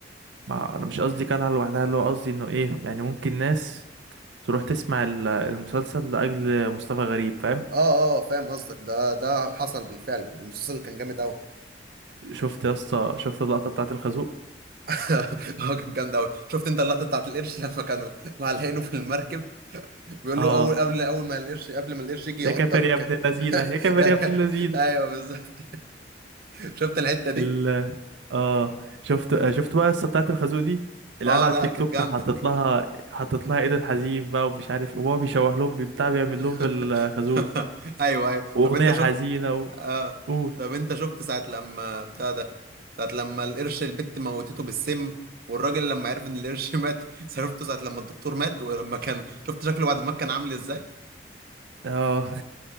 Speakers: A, on the right (about 80°); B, on the right (about 55°).
A: ما انا مش قصدي كلها لوحدها اللي هو قصدي انه ايه يعني ممكن ناس تروح تسمع ال- المسلسل لاجل مصطفى غريب فاهم
B: اه اه فاهم قصدك ده ده حصل بالفعل المسلسل كان جامد قوي
A: شفت يا اسطى شفت اللقطه بتاعت الخازوق
B: <laughs> هو كان جامد قوي شفت انت اللقطة بتاعت القرش لما كانوا معلقينه في المركب بيقول
A: اه
B: له اول قبل اول ما القرش قبل ما القرش يجي يعضك
A: يا كافر يا ابن اللذينه يا كافر
B: <laughs>
A: يا ابن اللذينه
B: ايوه بالظبط <laughs> شفت الحتة دي
A: ال اه شفت آه، شفت بقى القصه بتاعت الخازوق دي العيال
B: اه
A: على
B: لا
A: التيك
B: كانت
A: توك
B: جامدة
A: حطت لها حطت لها ايدن حزين بقى ومش عارف إيه، وهو بيشوح لهم بتاع بيعمل
B: <laughs>
A: لهم بالخازوق
B: ايوه ايوه
A: واغنيه
B: طب انت شفت
A: حزينه و...
B: اه
A: قول
B: طب انت شفت ساعة لما بتاع ده ساعة لما القرش البت موتته بالسم والراجل لما عرف ان القرش <laughs> مات شفته ساعة لما الدكتور مات ولما كان شفت شكله بعد ما كان عامل ازاي
A: اه